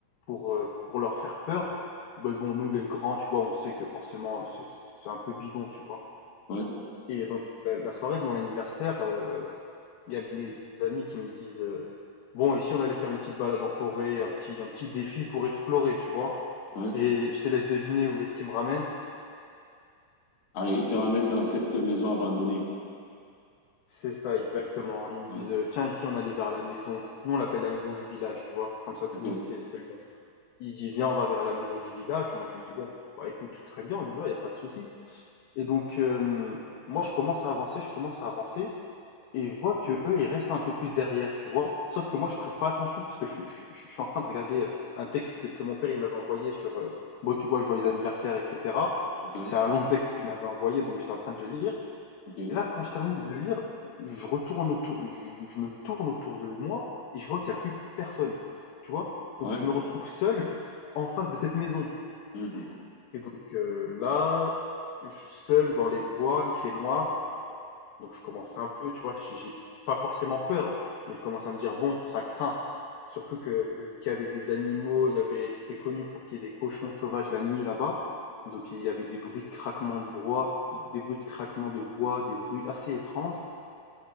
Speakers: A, on the left; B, on the left.
A: pour, euh, pour leur faire peur. Mais bon, nous, les grands, tu vois, on sait que forcément, c'est c'est un peu bidon, tu vois.
B: ouais,
A: Et donc, la, la soirée de mon anniversaire, euh, il y a mes amis qui me disent euh, Bon, ici on allait faire une petite balade en forêt, un petit, un petit défi pour explorer, tu vois.
B: ouais.
A: Et je te laisse deviner où est-ce qu'ils me ramènent.
B: Allez, il te ramène dans cette maison abandonnée.
A: C'est ça, exactement. Ils me
B: Ouais,
A: disent euh, Tiens, ici on allait vers la maison. Nous on l'appelle la maison du village, tu vois. Comme ça tout
B: ok,
A: le monde sait, c'est le nom. Il dit Viens, on va vers la maison du village. Moi je lui dis Bon, bah écoute, très bien, on y va, il n'y a pas de souci. Et donc, euh, moi je commence à avancer, je commence à avancer. et je vois que eux ils restent un peu plus derrière, tu vois. Sauf que moi je prête pas attention parce que je, je- je suis en train de regarder euh, un texte que, que mon père il m'avait envoyé sur euh, bon tu vois joyeux anniversaire etc.
B: ok,
A: C'est un long texte qu'il m'avait envoyé donc j'étais en train de le lire.
B: ok,
A: Et là quand je termine de le lire, je retourne autour, je, je me tourne autour de moi et je vois qu'il y a plus personne, tu vois. Donc
B: ouais,
A: je me retrouve seul en face de cette maison.
B: mhm,
A: Et donc euh, là, je- seul dans les bois, il fait noir. Donc je commence un peu, tu vois, j'ai pas forcément peur, mais je commence à me dire, bon, ça craint. Surtout que vu qu'il y avait des animaux, il y avait, c'était connu pour qu'il y ait des cochons sauvages la nuit là-bas. Donc il y avait des bruits de craquement de bois, des bruits de craquement de bois, des bruits assez étranges.